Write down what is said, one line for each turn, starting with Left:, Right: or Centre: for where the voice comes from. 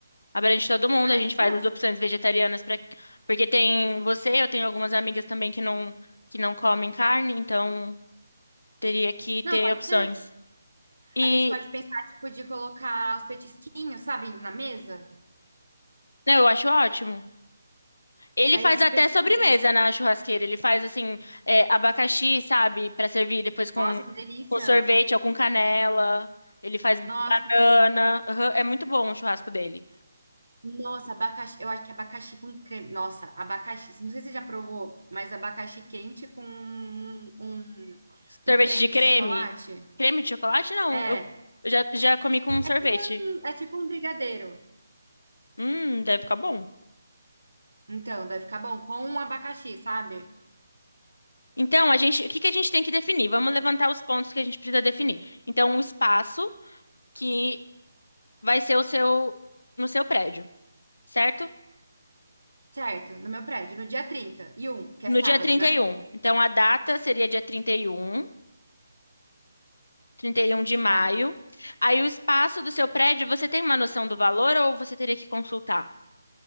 Left: Abrange todo mundo,
Right: Ah,
Left: a gente
Right: Acho que
Left: faz
Right: não.
Left: as opções vegetarianas para porque tem você, eu tenho algumas amigas também que não que não comem carne, então teria que
Right: Não,
Left: ter
Right: pode
Left: opções.
Right: ser.
Left: E
Right: A gente pode pensar, tipo, de colocar os petisquinhos, sabe, na mesa.
Left: não, eu acho ótimo. Ele
Right: Daí
Left: faz
Right: o que
Left: até
Right: petisquinho?
Left: sobremesa
Right: tá?
Left: na churrasqueira. Ele faz assim, é, abacaxi, sabe, Pra servir depois com,
Right: Nossa, que delícia!
Left: com sorvete ou com canela. Ele faz banana.
Right: Nossa, que delícia!
Left: Aham, é muito bom o churrasco dele.
Right: Nossa, abacaxi. Eu acho que abacaxi com creme. Nossa, abacaxi. Não sei se você já provou, mas abacaxi quente com um, um
Left: Sorvete
Right: creme
Left: de creme?
Right: de chocolate.
Left: Creme de chocolate? Não,
Right: É.
Left: eu já, já comi com um sorvete.
Right: É tipo um, é tipo um brigadeiro.
Left: Hum, deve ficar bom.
Right: Então, deve ficar bom com um abacaxi, sabe?
Left: Então, a gente, o que que a gente tem que definir? Vamos levantar os pontos que a gente precisa definir. Então, o espaço que vai ser o seu no seu prédio, certo?
Right: Certo, no meu prédio, no dia trinta e um, que
Left: No
Right: é sábado,
Left: dia trinta
Right: né?
Left: e um. Então, a data seria dia trinta trinta e um, trinta e um de maio.
Right: Tá.
Left: Aí, o espaço do seu prédio, você tem uma noção do valor ou você teria que consultar?